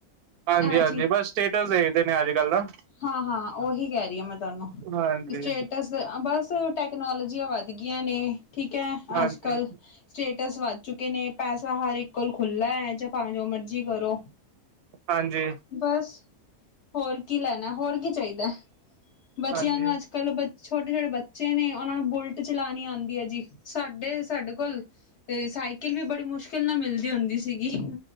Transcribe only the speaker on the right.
ਹਾਂਜੀ ਹਾਂਜੀ, ਬਸ ਸਟੇਟਸ ਦੇਖਦੇ ਨੇ ਅੱਜ ਕੱਲ ਦਾ
ਹਾਂਜੀ
ਹਾਂਜੀ
ਹਾਂਜੀ
ਹਾਂਜੀ।